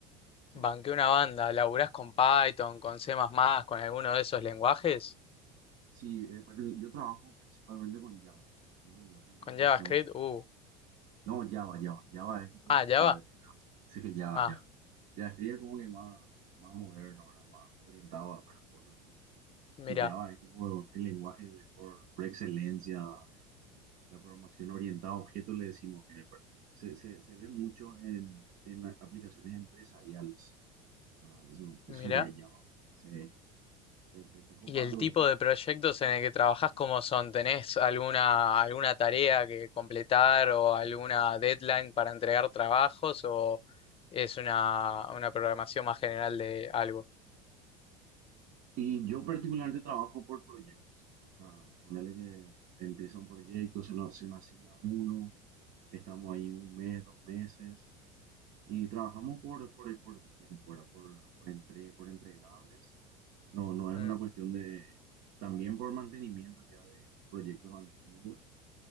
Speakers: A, on the right; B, on the left.
A: Sí,
B: Banqué una banda, ¿laburás con Python, con C++, con alguno de esos lenguajes?
A: sí eh, parte- yo trabajo principalmente con Java. Es un lenguaje de programación
B: ¿Con JavaScript? Uh,
A: No, Java, Java. Java es tipo
B: ah,
A: el padre,
B: Java.
A: ¿verdad? Sí, Java,
B: Ah,
A: Java. JavaScript es como que más, más moderno, ¿verdad? Más orientado a otras cosas.
B: mira,
A: Y Java es tipo el lenguaje de- por, por excelencia de la programación orientada a objetos, le decimos que per- se, se, se ve mucho en, en a- aplicaciones empresariales, ¿verdad? Eso, eso
B: mira.
A: sería Java. Sí. ¿Te, te, te copa
B: ¿Y el
A: algo
B: tipo
A: de eso?
B: de proyectos en el que trabajás cómo son? ¿Tenés alguna, alguna tarea que completar o alguna deadline para entregar trabajos o es una, una programación más general de algo?
A: Y yo particularmente trabajo por proyectos. O sea, ponerle que empieza un proyecto, se, lo- se me asigna uno Estamos ahí un mes, dos meses y trabajamos por, por, por tiempo, ¿verdad? Por, por, entre, por entregables. No, no es
B: Mm,
A: una cuestión de, también por mantenimiento ya de proyectos antiguos,